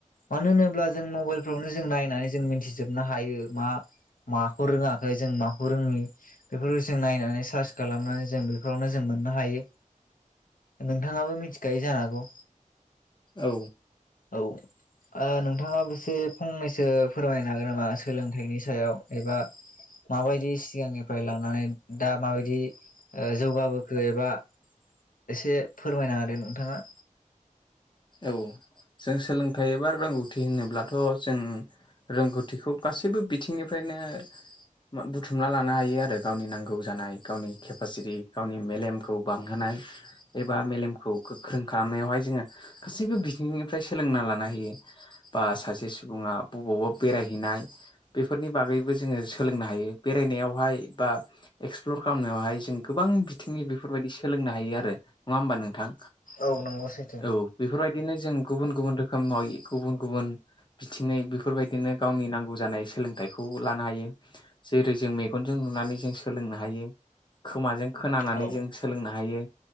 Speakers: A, on the left (about 80°); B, on the left (about 35°).
A: मानो होनो ब्ला जों मबाइलफ्रावनो जों नायनानै जों मिथिजोबनो हायो मा माखौ रोङाखै जों माखौ रोङि बेफोरखौ जों नायनानै सार्च खालामनानै जों बेफोरावनो जों मोननो हायो।
B: <inaudible>
A: नोंथाङाबो मिथिखायो जानो हागौ।
B: औ
A: औ आ नों थाङाबो एसे फंनैसो फोरमायनो हागोन नामा सोलोंथाइनि सायाव एबा माबायदि सिगांनिफ्राय लानानै दा माबायदि ओ जौगाबोखो एबा एसे फोरमायना होदो नोंथाङा।
B: औ जों सोलोंथाइ एबा रोंगौथि होनोब्लाथ' जों रोंगौथिखौ गासैबो बिथिंनिफ्रायनो मा बुथुमना लानो हायो आरो गावनि नांगौ जानाय गावनि केपासिटि गावनि मेलेमखौ बांहोनाय एबा मेलेमखौ गोख्रों खालामनायावहाय जोङो गासैबो बिथिनिफ्राय सोलोंना लानो हायो। बा सासे सुबुङा बबावबा बेराय हैनाय बेफोरनि बागैबो जोङो सोलोंनो हायो बेरायनायावहाय बा एक्सप्लर खालामनायावहाय जों गोबां बिथिंनि बेफोरबायदि सोलोंनो हायो आरो नङा होमबा नोंथां?
A: औ नंगौ सै
B: औ बेफोरबायदिनो जों गुबुन गुबुन रोखोमय गुबुन गुबुन बिथिङै बेफोरबायदिनो गावनि नांगौ जानाय सोलोंथाइखौ लानो हायो। जेरै मेग गन जों नुनानै जों सोलोंनो हायो। खोमाजों खोनानानै
A: औ
B: जों सोलोंनो हायो।